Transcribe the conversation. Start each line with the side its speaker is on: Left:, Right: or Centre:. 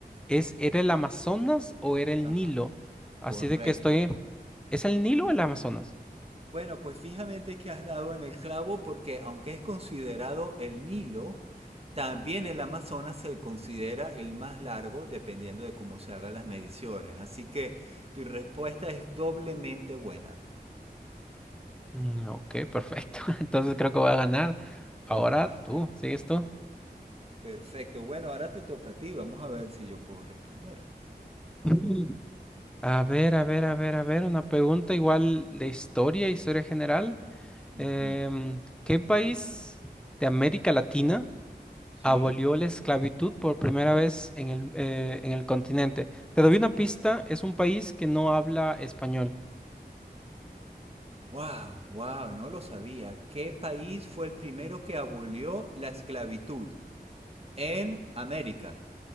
Centre: ¿Es, era el Amazonas o era el
Right: Ajá.
Centre: Nilo?
Right: Correcto.
Centre: Así de que estoy... ¿Es el Nilo o el Amazonas?
Right: Bueno, pues fijamente que has dado en el clavo porque aunque es considerado el Nilo, también el Amazonas se considera el más largo dependiendo de cómo se hagan las mediciones. Así que tu respuesta es doblemente buena.
Centre: Mm, ok, perfecto. <laughs> Entonces creo que voy a ganar. Ahora
Right: Ajá.
Centre: tú,
Right: <laughs>
Centre: ¿sigues tú?
Right: Perfecto. Bueno, ahora te toca a ti. Vamos a ver si yo puedo responder.
Centre: <laughs> A ver, a ver, a ver, a ver, una pregunta igual de historia, historia general.
Right: Ujú.
Centre: Em, ¿qué país de América Latina
Right: ¿Sí?
Centre: abolió la esclavitud por primera vez en el, eh, en el continente? Te doy una pista, es un país que no habla español.
Right: Wow, wow, no lo sabía. ¿Qué país fue el primero que abolió la esclavitud? en América.